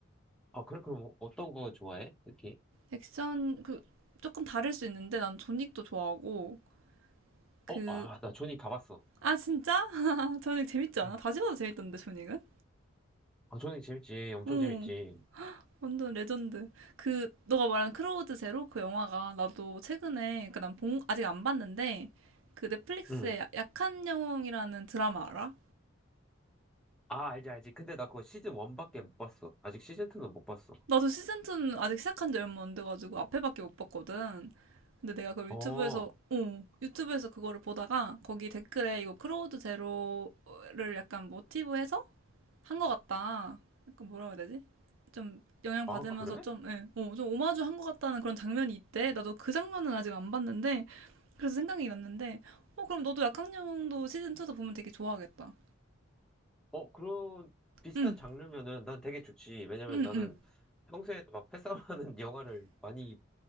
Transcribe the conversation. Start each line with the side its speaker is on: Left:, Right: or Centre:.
Centre: 아 그래 그럼 어떤 거 좋아해? 특히
Right: 액션, 그, 조금 다를 수 있는데 난 조닉도 좋아하고, 그,
Centre: 어아나 조니 다 봤어.
Right: 아, 진짜? <laughs> 저닉 재밌지 않아?
Centre: 응.
Right: 다시 봐도 재밌던데, 저닉은?
Centre: 아 조니 재밌지 엄청
Right: 응,
Centre: 재밌지.
Right: 완전 레전드. 그, 너가 말한 크로우드 제로 그 영화가 나도 최근에, 그 난 봉, 아직 안 봤는데, 그 넷플릭스의
Centre: 응.
Right: 약한 영웅이라는 드라마 알아?
Centre: 아 알지 알지. 근데 나 그거 시즌 1밖에 못 봤어. 아직 시즌 2는 못 봤어.
Right: 나도 시즌2는 아직 시작한 지 얼마 안 돼가지고 앞에밖에 못 봤거든. 근데 내가 그걸
Centre: 어,
Right: 유튜브에서, 어, 유튜브에서 그거를 보다가 거기 댓글에 이거 크로우드 제로를 약간 모티브해서 한 것 같다. 약간 뭐라고 해야 되지? 영향
Centre: 아,
Right: 받으면서
Centre: 그래?
Right: 좀, 예, 어, 좀 오마주 한 것 같다는 그런 장면이 있대. 나도 그 장면은 아직 안 봤는데, 그래서 생각이 났는데, 어, 그럼 너도 약학령도 시즌2도 보면 되게 좋아하겠다.
Centre: 어, 그런 비슷한
Right: 응,
Centre: 장르면은 난 되게 좋지. 왜냐면
Right: 응,
Centre: 나는
Right: 응.
Centre: 평소에도 막 패싸움하는 <laughs> 영화를 많이